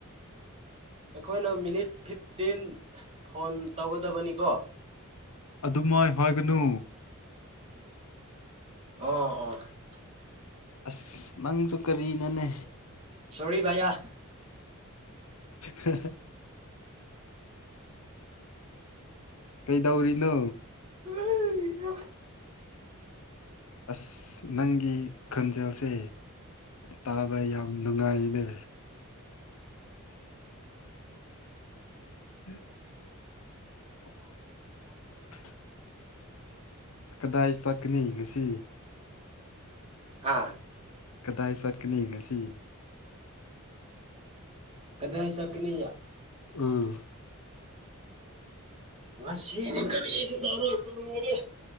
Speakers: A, on the right; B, on the left.
A: <inaudible> ꯑꯈꯣꯏꯅ ꯃꯤꯅꯤꯠ ꯐꯤꯐꯇꯤꯟ ꯐꯣꯟ ꯇꯧꯒꯗꯕꯅꯤꯀꯣ
B: ꯑꯗꯨꯃꯥꯏ ꯍꯥꯏꯒꯅꯨ
A: ꯑꯣ ꯑꯣ
B: ꯑꯁ ꯅꯪꯁꯨ ꯀꯔꯤꯅꯣꯅꯦ
A: ꯁꯣꯔꯤ ꯚꯌꯥ
B: ꯍꯥꯍꯥ ꯀꯩꯗꯧꯔꯤꯅꯣ
A: <unintelligible>
B: ꯑꯁ ꯅꯪꯒꯤ ꯈꯣꯟꯖꯦꯜꯁꯦ ꯇꯥꯕ ꯌꯥꯝ ꯅꯨꯡꯉꯥꯏꯅꯦ <inaudible> ꯀꯗꯥꯏ ꯆꯛꯀꯅꯤ ꯉꯁꯤ
A: ꯍꯥ
B: ꯀꯗꯥꯏ ꯆꯠꯀꯅꯤ ꯉꯁꯤ
A: ꯀꯗꯥꯏ ꯆꯠꯀꯅꯤ
B: ꯑꯨꯡ
A: ꯉꯁꯤꯗꯤ ꯀꯔꯤꯁꯨ ꯇꯧꯔꯣꯏ ꯇꯨꯝꯒꯅꯤ